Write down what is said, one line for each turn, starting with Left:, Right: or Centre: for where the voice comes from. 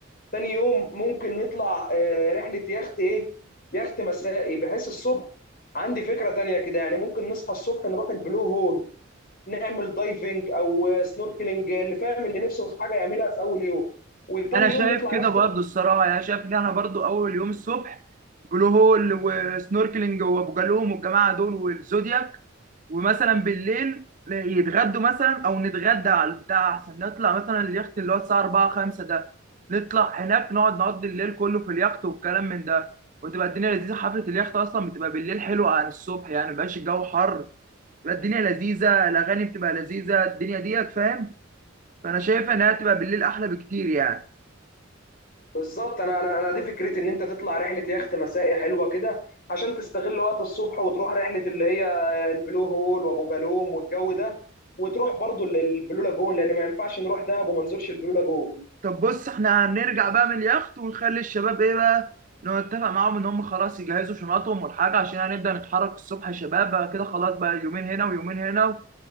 Left: تاني يوم ممكن نطلع آه، رحلة يخت ايه يخت مسائي بحيث الصبح عندي فكرة تانية كده يعني ممكن نصحى الصبح نروح البلو هول نعمل دايفنج او آه، سنوركلينج اللي فاهم اللي نفسه في حاجة يعملها في اول يوم وتاني
Right: انا
Left: يوم
Right: شايف
Left: نطلع
Right: كده
Left: يخت
Right: برضه الصراحه يعني شايف ان احنا برضه اول يوم الصبح بلو هول وسنوركلينج وابو جالوم والجماعه دول والزودياك ومثلا بالليل يتغدوا مثلا او نتغدى على البتاع احسن نطلع مثلا اليخت اللي هو الساعه 4 5 ده نطلع هناك نقعد نقضي الليل كله في اليخت والكلام من ده وتبقى الدنيا لذيذه حفله اليخت اصلا بتبقى بالليل حلوه عن الصبح يعني مبقاش الجو حر بتبقى الدنيا لذيذه الاغاني بتبقى لذيذه الدنيا ديت فاهم فانا شايفه انها تبقى بالليل احلى بكتير يعني
Left: بالظبط انا انا انا دي فكرتي ان انت تطلع رحله يخت مسائي حلوه كده عشان تستغل وقت الصبح وتروح رحله اللي هي البلو هول وابو جالوم والجو ده وتروح برضو ال- البلو لاجون لان ما ينفعش نروح دهب وما نزورش البلو لاجون
Right: طب بص احنا هنرجع بقى من اليخت ونخلي الشباب ايه بقى نتفق معاهم ان هم خلاص يجهزوا شنطهم والحاجه عشان هنبدا نتحرك الصبح يا شباب بقى كده خلاص بقى يومين هنا ويومين هنا